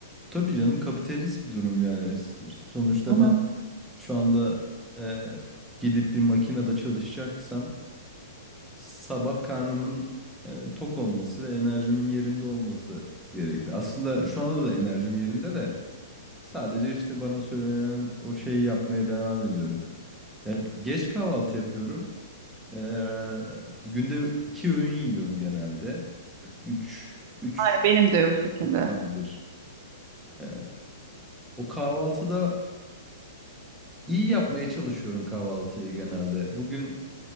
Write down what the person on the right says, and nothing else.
Hı hı.
Aynen benim de o şekilde.